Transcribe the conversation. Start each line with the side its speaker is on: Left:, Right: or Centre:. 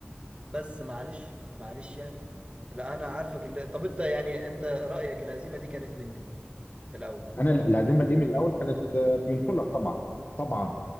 Right: بس معلش معلش يعني لا انا عارفك اللي... طب انت يعني انت رأيك الهزيمة دي كانت من مين الاول
Left: انا الهزيمه دي من الاول كانت آه، من كولر طبعا طبعا